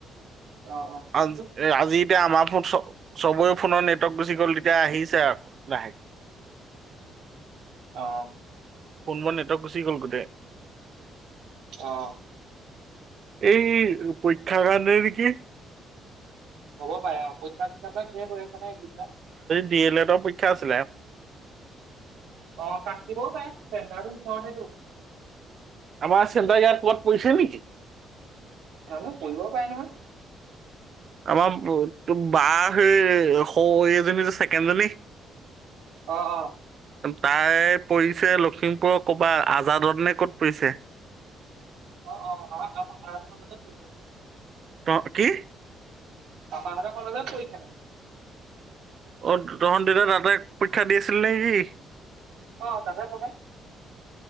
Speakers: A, on the right (about 70°); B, on the right (about 40°).
A: অ অ কিন্তু
B: আ
A: কি
B: আজি এতিয়া আমাৰ ফোন চ চবৰে ফোনৰ নেটৱৰ্ক গুচি গ'ল তেতিয়া আহিছে ৰাখ লাহে।
A: অ
B: ফোনবোৰ নেটক গুচি গ'ল গোটেই।
A: অ।
B: এই পৰীক্ষা কাৰণে নেকি?
A: হ'ব পাৰে, অ পৰীক্ষা- চৰিক্ষাবিলাক শেষ হৈবআছে ন এইকেইদিনত?
B: বি এল এডৰ পৰীক্ষা আছিলে।
A: অ কাম দিব পাৰে, চেন্টাৰো ওচৰতে তো।
B: আমাৰ চেণ্টাৰ ইয়াত ক'ৰবাত পৰিছে নেকি
A: মানুহ কৰিব পাৰে নহয়?
B: আমাৰ ব ত বা সেই সৰু এজনী যে ছেকেণ্ডজনী
A: অ অ।
B: তাই পৰিছে লখিমপুৰৰ ক'বাত আজাদত নে ক'ত পৰিছে?
A: অ অ আহ আহ কালজত <inaudible> পৰিৈ য
B: ত কি?
A: তামা লগা কলেজত পৰিছে।
B: অ তহঁত দিনা তাই পৰীক্ষা দি আছিল নেকি?
A: অ দাদা তমাই